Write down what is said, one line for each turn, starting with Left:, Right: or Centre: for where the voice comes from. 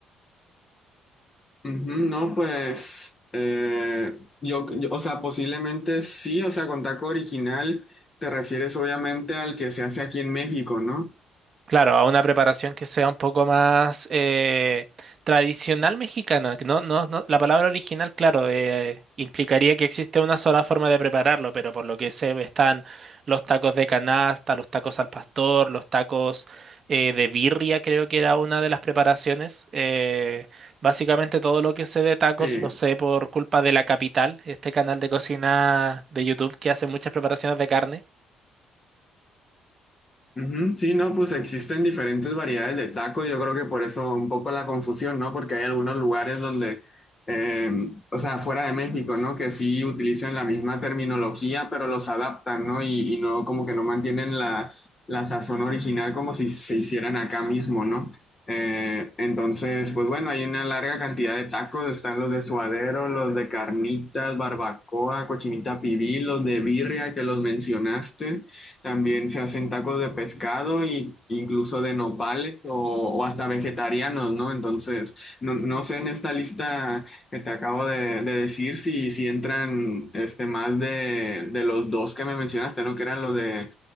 Left: Ujú, No, pues eh, yo, yo- o sea, posiblemente sí, o sea, con taco original te refieres obviamente al que se hace aquí en México, ¿no?
Right: Claro, a una preparación que sea un poco más eh, tradicional mexicana. que No, no, no- la palabra original, claro, eh, implicaría que existe una sola forma de prepararlo, pero por lo que sé están los tacos de canasta, los tacos al pastor, los tacos eh, de birria, creo que era una de las preparaciones. Eh, básicamente todo lo que sé de tacos
Left: Sí.
Right: lo sé por culpa de La Capital, este canal de cocina de YouTube que hace muchas preparaciones de carne,
Left: Ujú, Sí, no, pues existen diferentes variedades de taco. Yo creo que por eso un poco la confusión, ¿no? Porque hay algunos lugares donde, eh, o sea, fuera de México, ¿no? Que sí utilizan la misma terminología, pero los adaptan, ¿no? Y, y no, como que no mantienen la, la sazón original como si se hicieran acá mismo, ¿no? Eh, entonces, pues bueno, hay una larga cantidad de tacos. Están los de suadero, los de carnitas, barbacoa, cochinita pibil, los de birria que los mencionaste. También se hacen tacos de pescado y incluso de nopales o, o hasta vegetarianos, ¿no? Entonces, no, no sé en esta lista que te acabo de, de decir si, si entran este más de, de los dos que me mencionaste, ¿no? Que eran los de